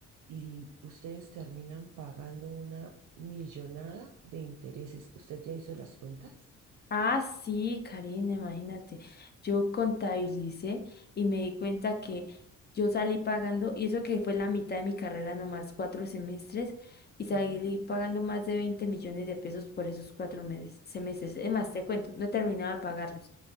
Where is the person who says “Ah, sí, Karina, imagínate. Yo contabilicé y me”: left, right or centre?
Left